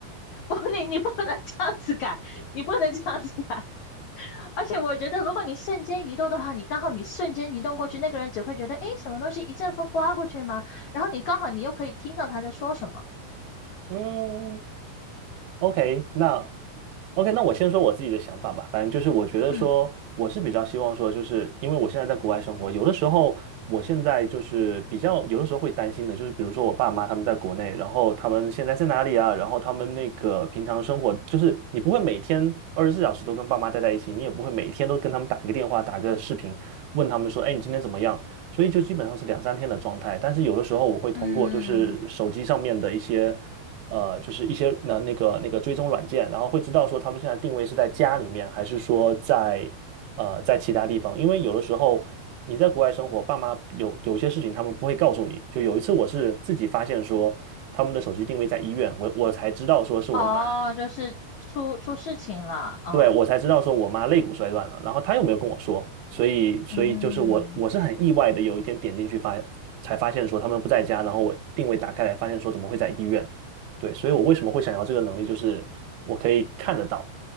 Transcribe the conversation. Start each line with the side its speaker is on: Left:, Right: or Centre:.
Left: <laughs> 不，你你不能这样子改，你不能这样子改。<laughs> 而且我觉得，如果你瞬间移动的话，你刚好你瞬间移动过去，那个人只会觉得，诶，什么东西一阵风刮过去吗？然后你刚好你又可以听到他在说什么。
Right: 嗯，OK，那 OK，那我先说我自己的想法吧。反正就是我觉得说，
Left: 嗯
Right: 我是比较希望说，就是因为我现在在国外生活，有的时候我现在就是比较有的时候会担心的，就是比如说我爸妈他们在国内，然后他们现在在哪里啊？然后他们那个平常生活，就是你不会每天二十四小时都跟爸妈待在一起，你也不会每天都跟他们打个电话、打个视频，问他们说，哎，你今天怎么样？所以就基本上是两三天的状态。但是有的时候我会通过就是手机上面的一些。
Left: 嗯，
Right: 呃，就是一些那那个那个追踪软件，然后会知道说他们现在定位是在家里面，还是说在呃在其他地方。因为有的时候你在国外生活，爸妈有有些事情他们不会告诉你。就有一次我是自己发现说他们的手机定位在医院，我我才知道说是我妈
Left: 哦，就是出出事情了，嗯
Right: 对，我才知道说我妈肋骨摔断了，然后她又没有跟我说，所以所以就是我我是很意外的，
Left: 嗯。
Right: 有一天点进去发才发现说他们不在家，然后我定位打开来发现说怎么会在医院？对，所以我为什么会想要这个能力，就是我可以看得到，